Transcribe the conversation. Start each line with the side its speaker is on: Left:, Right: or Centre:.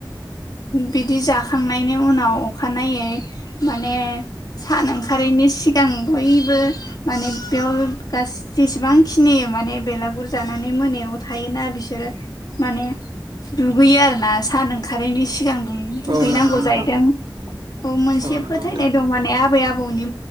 Left: बिदि जाखांनायनि उनाव अखानायै माने सान ओंखारैनायनि सिगां बयबो माने बेयाव गासै जेसेबांखिनि माने बेलागुर जानानै मोनायाव थायोना बिसोरो माने दुगैयो आरो ना सान ओंखारैनायनि सि सिगां दुगैनांगौ
Right: औ नंगौ नोंथां
Left: जाहैदों औ मोनसे
Right: नंगौ
Left: फोथायनाय
Right: नोंथां
Left: दं माने आबै आबौनि